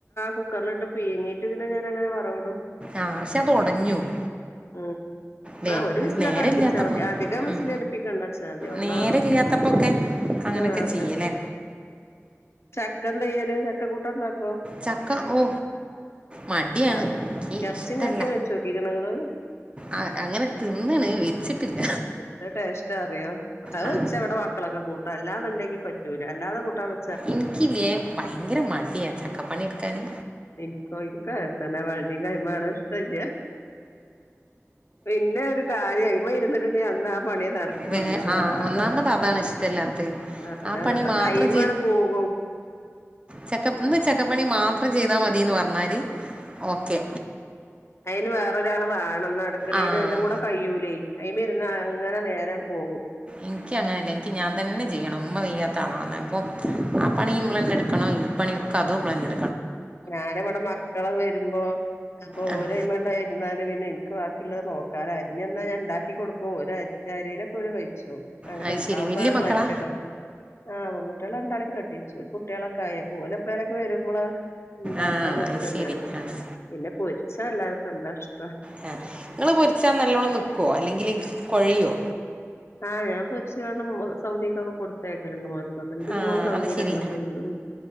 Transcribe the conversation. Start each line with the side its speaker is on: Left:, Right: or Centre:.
Left: കുക്കറിലിട്ട് പീങ്ങീട്ട് പിന്നെ ഞാൻ അങ്ങനെ പറവിടും
Right: ആഹ് പക്ഷെ അതൊടഞ്ഞോഉം
Left: ഉം
Right: ല്ലെ
Left: ആഹ് ഒരു വിസിലൊക്കെ
Right: നേര
Left: അടുപ്പിച്ചാ
Right: ഇല്ലാത്തപ്പോ
Left: മതി അധികം വിസിലടുപ്പിക്കണ്ടാച്ചാ
Right: ഉമ്
Left: മതി ഒന്നാ
Right: നേര ഇല്ലാത്തപ്പോക്കെ അങ്ങനെയൊക്കെ
Left: ആഹ്
Right: ചെയ്യല്ലേ
Left: പറ്റും ചക്ക എന്ത ചെയ്യല് ചക്ക കൂട്ട ഉണ്ടാക്കോ
Right: ചക്ക ഓ മടിയാണ്
Left: എർ
Right: എനിക്ക്
Left: എറച്ചിം
Right: ഇഷ്ടല്ല
Left: ചക്കിം വെച്ചോക്കിക്ക്ണോ ഇങ്ങള്
Right: ആഹ് അങ്ങനെ തിന്നണ് വെച്ചിട്ടില്ല
Left: ത് ടേസ്റ്റ് അറിയോ അത്
Right: ആ
Left: വെച്ചവിടെ മക്കളൊക്കെ കൂട്ടും അല്ലാെന്ന്ണ്ടെങ്കി പറ്റൂല അല്ലാതെ കൂട്ടാൻ വെ
Right: ഇനിക്ക്ലേ ഭയങ്കര മടിയാണ് ചക്ക പണിയേടുക്കാന്
Left: ഇനിക്കോ ഇനിക്കോ അങ്ങനതന്നെ വൾഞ്ഞി കൈമാണ് ഇഷ്ടല്ല പിന്നെ ഒരു കാര്യ അയമെ ഇരുന്നിട്ടുണ്ട അന്ന ആ പണിയേ നടക്കുള്ളൂ
Right: വേ ആഹ്
Left: വേറെ
Right: ഒന്നാമത്
Left: വേറെ
Right: അതാണ് ഇഷ്ടല്ലാത്തത്
Left: ആഹ് അതാണ്
Right: ആ പണി മാത്രം
Left: ടൈം മാട് പ്പോകും
Right: ചക്കപ്പ് ഇന്ന് ചക്കപ്പണി മാത്രം ചെയ്താൽ മതിന്ന് പറഞ്ഞാല് ഓക്കേ
Left: അയിന് വേറൊരാൾ വേണം അടുക്കളയിലു
Right: ആഹ്
Left: എല്ലാം കൂടെ കഴുലേ അയിമ ഇരുന്ന് അങ്ങനെ നേരംപോകും
Right: ഇൻക്ക് അങ്ങനെല്ല ഇൻക്ക് ഞാൻ തന്നെ ചെയ്യണം ഉമ്മ വെയ്യാത്ത ആളാ ഇപ്പൊ ആ പണി നമ്മള തന്നെ എടുക്കണോ ഈ പണി അതും നമ്മള
Left: ഞാന് ഇവിടെ മക്കള് വരുമ്പോ അപ്പൊ
Right: ആഹ്
Left: ഓലയിമണ്ടായിരുന്നാലും പിന്നെ എനിക്ക് ബാക്കിയുള്ള നോക്കാലോ അരിഞ്ഞാ ഞാ ഉണ്ടാക്കി കൊടുക്കും അറിയലോക്കഴിച്ചു അങ്ങനെണ്ടാവുമ്പേ
Right: അത് ശരി വല്യ മക്കളാ
Left: മനക്കടാ ആ പെൺകുട്ടിയളെ രണ്ടാള കെട്ടിച്ചു ഒരു കുട്ടികളൊക്കെ ആയി ഓല് എപേളലൊക്കെ വരും നമ്മള് ഉണ്ടാക്കാൻ
Right: ആഹ്
Left: നിക്കാ
Right: അത് ശരി
Left: ഞാൻ
Right: ആഹ്
Left: പിന്നെ പൊരിച്ചാ എല്ലാർക്കും എല്ലാം ഇഷ്ട്ടം
Right: ആ നിങ്ങൾ പൊരിച്ചാ നല്ലോണ്ണം നിൽക്കുവോ അല്ലെങ്കിൽ കുഴയിയോ
Left: ആഹ് ഞാ പൊരിച്ചാൽ സൗദിക്കക്കെ കൊടുത്തേയാക്കലുണ്ട് മോൻകോക്കെ എൻ്റെ ഒരു
Right: ആഹ്
Left: മോന് സൗതീൽ
Right: അത് ശരി
Left: <unintelligible> പോയിരുന്നു